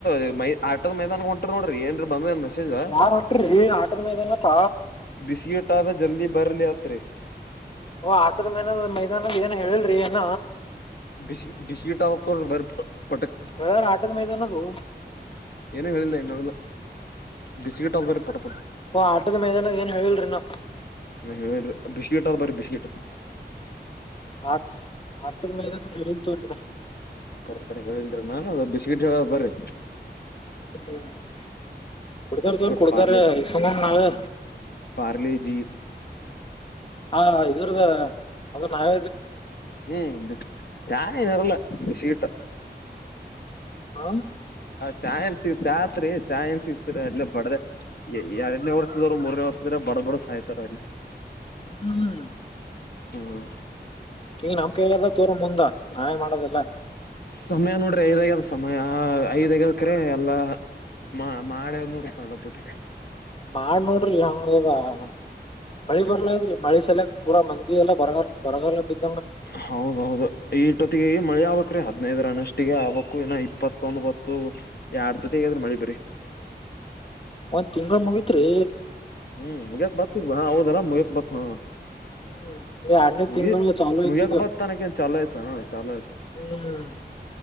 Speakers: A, on the left; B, on the left.
A: ಇ ಮ ಆಟದ್ ಮೈದಾನ ಹೊಂಟ್ರ ನೋಡ್ರಿ ಏನ್. <unintelligible>
B: ಯಾರ್ ಹೊಂಟ್ರಿ ಆಟದ ಮೈದಾನಕ್ಕ
A: ಜಲ್ದಿ ಬರ್ಲಿ ಅತ್ರರಿ.
B: ಓ ಆಟೋದ ಮೈ ಮೈದಾನದ ಏನ ಹೇಳಲ್ರಿಿ ಏನ.
A: ಿಸ ಬಿಿಸ್ಕಿಟ್ ಬ.
B: ಕರೇನಾ ಆಟದ ಮೈದಾನ ದು
A: ಏನೋ ಹೇಳಿಲ್ಲ ಇನ್ನೋಲ್ಲ ಬಿಸಿಗಟ್ಟ ಆದ ಬರಿ ಪಟ್ಟ.
B: ಓ ಆಟದ ಮೇದಾನದ ಏನ್ ಹೇಳಿಲ್ರಿೀನು
A: ಹೇಳರಿ ಬಿಸ್ಕಿಟ್ ಅವೆ ಬರಿ ಬಿಸ್ಕಿಟ್
B: ಆ ಆಟ ಮೇದಾನ ತೂರಿಇನ್ನಾ
A: ಕರೆಕ್ ಕಕ್ ಹೇಳಿಲ್ದ್ರಿ ನಾನನ್ ಅದು ಬಿಸ್ಕಿಟ್ ಹೇಳ ಬರ್ರಿ
B: ಹ <unintelligible> ಕುಡತಾರ್ದವರು
A: ಬಿಸ್ಕಿಟ್
B: ಕುಡ್ತಾರ
A: ಪಾರ್ಲೆ
B: ಈ ಸಕ <unintelligible> ನಾವೇ
A: ಪಾರ್ಲೆ ಜಿ
B: ಹಾ ಇದ್ರದಾರ ಅದು ನಾವ
A: ಹ್ಮ್ ಚಾಯ ನಿರಲ್ಲ ಬಿಸಿಕಟ್ಟ
B: ಹಾ
A: ಚಾಯ್ನ್ ಸಿಗ್ ಚಾತ್ರಿ ಚಾಯ್ನ್ ಸಿಗ್ತರಿ ಅಲ್ಲೇ ಬಡ್ದ ಎರಡನೇ ವರ್ಷದರು ಮೂರನೇ ವರ್ಷ ಬಡ ಬಡದ್ ಸಾಯ್ತಾರ ಅಲ್ಲಿ
B: ಹ್ಮ್ ಹ್ಮ್
A: ಹ್ಮ್
B: ಈಗ ನಮ್ ಕೈಲ್ಲಲ್ಲ ತೋರ್ ಮುಂದ ನಾನೇನ್ ಮಾಡೋದಲ್ಲ.
A: ಸಮಯ ನೋಡ್ರಿ ಐದ್ ಆಗ್ಯದ ಸಮಯ ಐದ್ ಆಗ್ಯದಕ್ರೆ ಎಲ್ಲಾ ಮಾ ಮಳೆ ಒ ನೋಡ್ಕಲ್ಲ ಪುಟ್ಟೆ.
B: ಬಾಳ ನೋಡ್ರಿ ಹಂಗದ <unintelligible> ಮಳಿ
A: ಕರೆ
B: ಬರ್ಲಾಗ್ಯ್ಡ್ರಿ
A: ಕರೆ
B: ಮಳಿ ಸಲಯಕ್ ಪೂರಾ ಮಂದಿ ಎಲ್ಲ ಬರಗ ಬರಗಲ್ಲ ಬಿದ್
A: ಹೌದೌದು ಈಷ್ಟೊತ್ತಿಗೆ ಮಳೆ ಆಗಬೇಕ್ರಿ ಹದ್ನೈದರನಷ್ಟ ಒಟ್ಟಿಗೆ ಆಬಕ್ಕು ಏನೋ ಇಪ್ಪತ್ತೊಂದ ಬತ್ತು ಎರಡ್ ಸತಿ ಆಗಾದ್ರಿ ಮಳಿ ಬ್ರಿ
B: ಒಂದ್ ತಿಂಗಗಳು ಮುಗತ್ರಿ
A: ಹ್ಮ್ ಮುಗ್ಯಕ್ ಬಾತ್ ಹಾ ಹೌದಲ್ಲಾ ಮುಗ್ಯತ್ ಮತ್ ಹ
B: ಹ್ಮ್ ಈ ಎರಡನೇ
A: ಮುಗಿ
B: ತಿಂಗಳು ಚಾಲೂ
A: ಮುಗಿಯಕ
B: ಐತಿ ಈಗ
A: ಬರ್ತನಕ ನ್ ಚಲೋ ಆಯ್ತ ಚಾಲೋ ಆಯ್ತು
B: ಹ್ಮ್